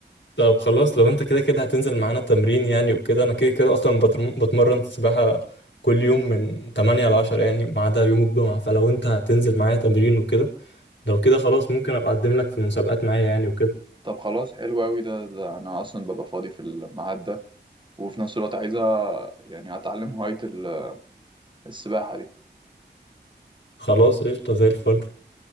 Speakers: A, on the left (about 80°); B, on the right (about 25°).
A: طب خلاص لو انت كده كده هتنزل معانا تمرين يعني وكده انا كده كده اصلا بترم- بتمرن سباحة كل يوم من 8 ل 10 يعني ما عدا يوم الجمعة فلو انت هتنزل معايا تمرين وكده لو كده خلاص ممكن ابقى اقدم لك في المسابقات معايا يعني وكده
B: طب خلاص حلو أوي ده, ده أنا أصلا ببقى فاضي في الميعاد ده وفي نفس الوقت عايزة يعني أتعلم هواية ال- السباحة دي
A: خلاص قشطة زي الفل